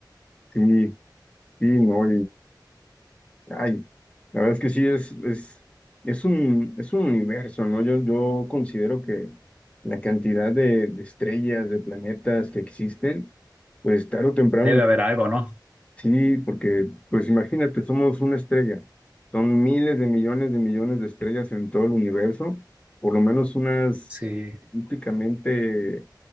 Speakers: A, on the left (about 15°); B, on the right (about 15°).
A: sí, sí, ¿no? Ay, la verdad es que sí es, es, es un, es un universo, ¿no? Yo, yo considero que la cantidad de, de estrellas, de planetas que existen, pues tarde o temprano,
B: Debe haber algo, ¿no?
A: sí, porque pues imagínate, somos una estrella. Son miles de millones de millones de estrellas en todo el universo, por lo menos unas
B: Sí,
A: únicamente,